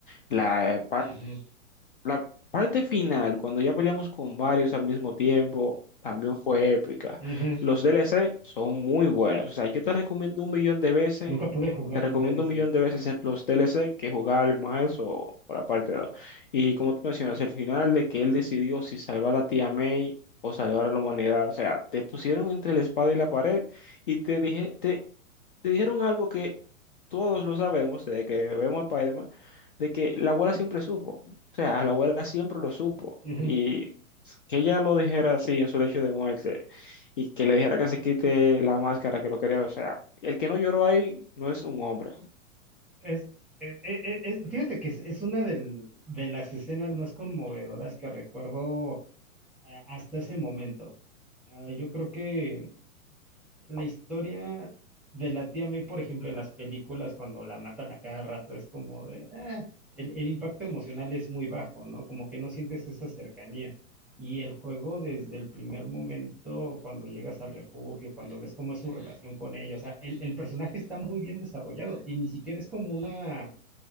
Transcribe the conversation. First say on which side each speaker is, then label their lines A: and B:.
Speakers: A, on the left (about 40°); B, in the centre.
A: la,
B: ujú,
A: la parte final, cuando ya peleamos con varios al mismo tiempo, también fue épica.
B: ujú.
A: Los DLC son muy buenos. O sea, yo te recomiendo un millón de veces,
B: Nunca pude jugar
A: te recomiendo
B: los DLC.
A: un millón de veces el- los DLC que jugar el Miles o, o la parte dos Y como tú mencionas, el final de que él decidió si salvar a tía May o salvar a la humanidad. O sea, te pusieron entre la espada y la pared y te dije, te dijeron algo que todos lo sabemos desde que vemos Spider-Man, de que la abuela siempre supo. O sea, la abuela siempre lo supo.
B: Ujú.
A: Y que ella lo dijera así en su lecho de muerte y que le dijera que se quite la máscara que lo quería. O sea, el que no lloró ahí no es un hombre.
B: Es, e- e- e- es- fíjate que es, es una del- de las escenas más conmovedoras que recuerdo eh, hasta ese momento. Ah, yo creo que la historia de la tía May, por ejemplo, en las películas, cuando la matan a cada rato, es como de, "Ah", el, el impacto emocional es muy bajo, ¿no? Como que no sientes esa cercanía. Y el juego desde el primer momento, cuando llegas al refugio, cuando ves cómo es su relación con ella, o sea, el, el personaje está muy bien desarrollado y ni siquiera es como una